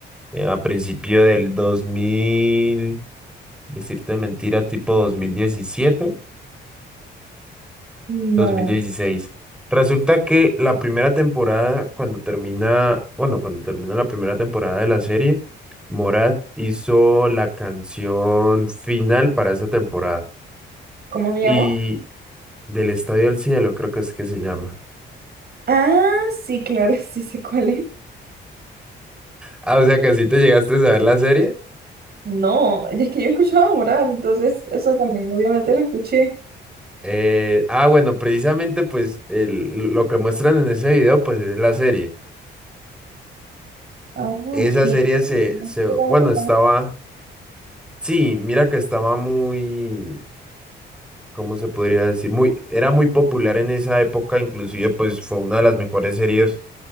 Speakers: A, in the centre; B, on the right.
A: eh, a principio del 2000, decirte mentira, tipo 2017.
B: No.
A: dos mil dieciséis Resulta que la primera temporada, cuando termina, bueno, cuando termina la primera temporada de la serie, Morat hizo la canción final para esa temporada.
B: ¿Cómo se llama?
A: Y Del Estadio al Cielo, creo que es que se llama.
B: Ah, sí, claro, <laughs> sí sé cuál es.
A: Ah, o sea que así te llegaste a ver la serie.
B: No, es que yo escuchaba Morat, entonces eso también, obviamente lo escuché.
A: Eh, ah, bueno, precisamente pues el- lo que muestran en ese video pues es la serie.
B: Ah, ok.
A: Esa serie se, se, bueno,
B: Era algo
A: estaba,
B: raro.
A: sí, mira que estaba muy, ¿cómo se podría decir? Muy, era muy popular en esa época, inclusive pues fue una de las mejores series